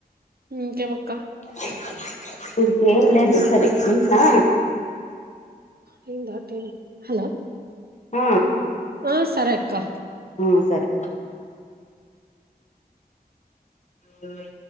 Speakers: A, on the right; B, on the left.
A: ఇకెమక్క
B: అ ఇంకేం లేదు సరే అంట్నా
A: అయిందా టైం హలో
B: ఆ
A: ఆ సరే అక్క
B: ఆ సరే మళ్ళా